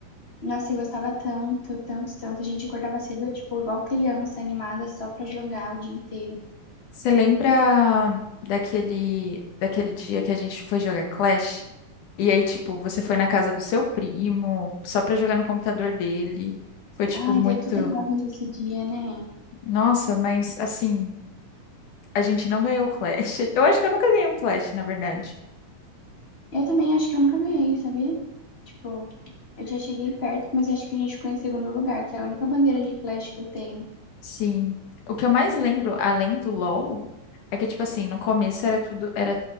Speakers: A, on the left; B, on the left.
A: Nossa, eu gostava tanto, tanto, tanto. A gente acordava cedo, tipo, igual criança animada, só pra jogar o dia inteiro.
B: Você lembra daquele, daquele dia que a gente foi jogar Clash? E aí, tipo, você foi na casa do seu primo só pra jogar no computador dele. Foi, tipo,
A: Ai,
B: muito.
A: deu tudo errado nesse dia, né?
B: Nossa, mas assim, a gente não ganhou o Clash. <laughs> Eu acho que eu nunca ganhei um Clash, na verdade.
A: Eu também acho que eu nunca ganhei, sabia? Tipo, eu já cheguei perto, mas acho que a gente ficou em segundo lugar, que é a única bandeira de flash que eu tenho.
B: Sim. O que eu mais lembro, além do LoL, é que, tipo assim, no começo era tudo, era,